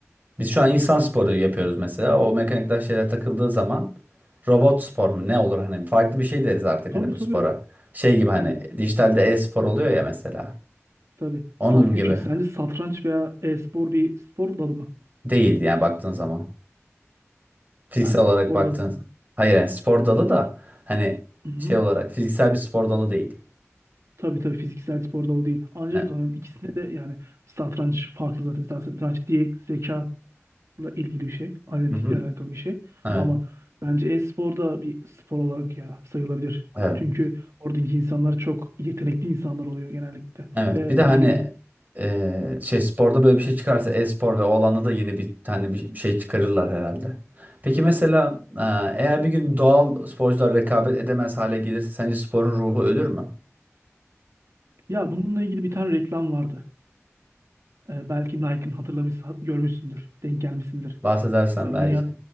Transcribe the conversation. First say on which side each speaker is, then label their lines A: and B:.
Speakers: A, on the right; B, on the right.
A: Biz şu an insan sporu yapıyoruz mesela. O mekanikler şeyler takıldığı zaman Robot spor mu? Ne olur hani farklı bir şey deriz
B: <laughs>
A: artık
B: Tabii
A: hani bu
B: tabii.
A: spora. Şey gibi hani
B: Yani
A: dijitalde e-spor oluyor ya mesela.
B: tabii.
A: Onun
B: Saf
A: gibi
B: güç ilk. Sence satranç veya e-spor bir spor dalı mı?
A: değil yani baktığın zaman. Fiziksel
B: Bence
A: olarak
B: spor
A: baktığın.
B: dalı ya.
A: Hayır yani spor dalı da hani
B: Hı-hı.
A: şey olarak fiziksel bir spor dalı değil.
B: Tabii tabii fiziksel spor dalı değil. Ancak
A: Evet.
B: ama ikisinde de yani satranç farklı zaten. Zaten Satranç diye zekayla ilgili bir şey. Analitikle
A: Hı-hı.
B: alakalı bir şey.
A: Evet.
B: Ama bence e-spor da bir spor olarak ya sayılabilir.
A: Evet.
B: Çünkü oradaki insanlar çok yetenekli insanlar oluyor genellikle.
A: Evet.
B: Ve
A: Bir de hani
B: ne bileyim.
A: e, şey sporda böyle bir şey çıkarsa e-spor ve o alanda da yeni bir tane bir şey çıkarırlar herhalde. Peki mesela e, eğer bir gün
B: hı.
A: doğal sporcular rekabet edemez hale gelirse sence sporun ruhu ölür mü?
B: Ya bununla ilgili bir tane reklam vardı. E, belki Nike'ın hatırlamış, görmüşsündür, denk gelmişsindir.
A: Bahsedersen
B: Böyle
A: belki.
B: dünya